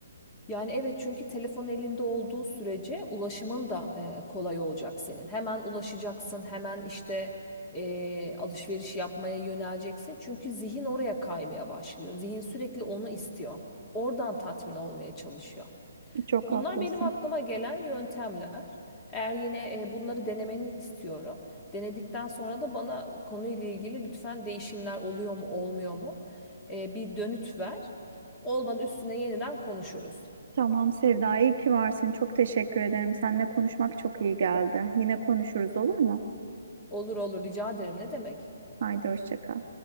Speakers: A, on the left (about 15°); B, on the right (about 50°).
A: Yani evet çünkü telefon elinde olduğu sürece ulaşımın da e, kolay olacak senin. Hemen ulaşacaksın, hemen işte e, alışveriş yapmaya yöneleceksin. Çünkü zihin oraya kaymaya başlıyor. Zihin sürekli onu istiyor. Oradan tatmin olmaya çalışıyor.
B: Çok
A: Bunlar
B: haklısın.
A: benim aklıma gelen yöntemler. Eğer yine e, bunları denemeni istiyorum. Denedikten sonra da bana konuyla ilgili lütfen değişimler oluyor mu olmuyor mu e, bir dönüt ver. Olmadı üstüne yeniden konuşuruz.
B: Tamam Sevda, iyi ki varsın. Çok teşekkür ederim. Seninle konuşmak çok iyi geldi. Yine konuşuruz olur mu?
A: Olur olur rica ederim ne demek.
B: Haydi hoşça kal.